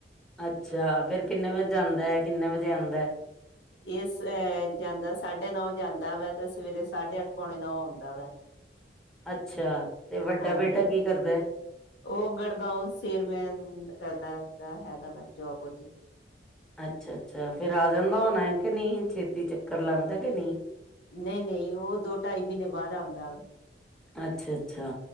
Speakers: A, in the centre; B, on the left.
A: ਅੱਛਾ ਫਿਰ ਕਿੰਨੇ ਵਜੇ ਜਾਂਦਾ ਹੈ, ਕਿੰਨੇ ਵਜੇ ਆਉਦਾਂ ਹੈ?
B: ਇਸ ਅਹ ਜਾਂਦਾ ਸਾਢੇ ਨੌ ਜਾਂਦਾ ਵਾ, ਤੇ ਸਵੇਰੇ ਸਾਢੇ ਅੱਠ, ਪੌਣੇ ਨੌ ਆਉਂਦਾ ਵਾ।
A: ਅੱਛਾ, ਤੇ ਵੱਡਾ
B: ਹਾਂਜੀ
A: ਬੇਟਾ ਕੀ ਕਰਦਾ ਹੈ?
B: ਉਹ ਗੜਗਾਉ ਸੇਲਮੈਨ ਕਰਦਾ ਹਦਾ ਹੈਗਾ ਵੇ ਜੋਬ ਉਹਦੀ।
A: ਅੱਛਾ-ਅੱਛਾ, ਫਿਰ ਆ ਜਾਂਦਾ ਹੋਣਾ ਕਿ ਨਹੀਂ, ਛੇਤੀ ਚੱਕਰ ਲਾਉਂਦਾ ਕਿ ਨਹੀਂ?
B: ਨਹੀਂ-ਨਹੀਂ, ਉਹ ਦੋ, ਢਾਈ ਮਹੀਨੇ ਬਾਅਦ ਆਉਂਦਾ ਵਾ।
A: ਅੱਛਾ-ਅੱਛਾ।